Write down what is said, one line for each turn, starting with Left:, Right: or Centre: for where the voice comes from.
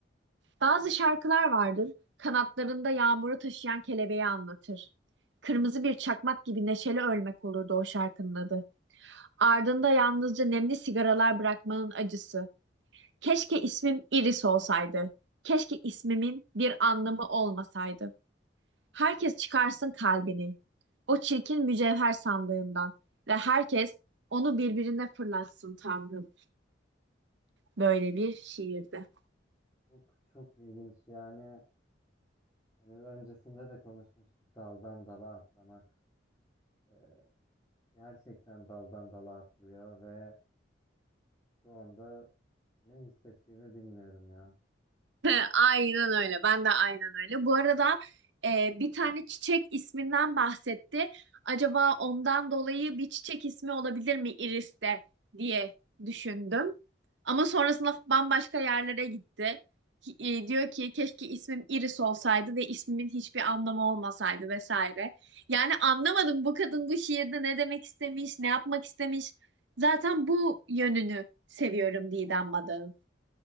Right: Bazı şarkılar vardır, kanatlarında yağmuru taşıyan kelebeği anlatır. Kırmızı bir çakmak gibi neşeli ölmek olurdu o şarkının adı. Ardında yalnızca nemli sigaralar bırakmanın acısı. Keşke ismim Iris olsaydı. Keşke ismimin bir anlamı olmasaydı. Herkes çıkarsın kalbini, o çirkin mücevher sandığından ve herkes onu birbirine fırlatsın Tanrım. Böyle bir şiirde.
Left: Çok çok ilginç yani. Hani öncesinde de konuşmuştuk daldan dala atlamak. Ee, gerçekten daldan dala atlıyor ve şu anda ne hissettiğimi bilmiyorum ya.
Right: <laughs> Aynen öyle. Ben de aynen öyle. Bu arada e, bir tane çiçek isminden bahsetti. Acaba ondan dolayı bir çiçek ismi olabilir mi Iris'te diye düşündüm. Ama sonrasında bambaşka yerlere gitti. Hi- e, diyor ki keşke ismim Iris olsaydı ve ismimin hiçbir anlamı olmasaydı vesaire. Yani anlamadım bu kadın bu şiirde ne demek istemiş, ne yapmak istemiş. Zaten bu yönünü seviyorum Didem Madak'ın.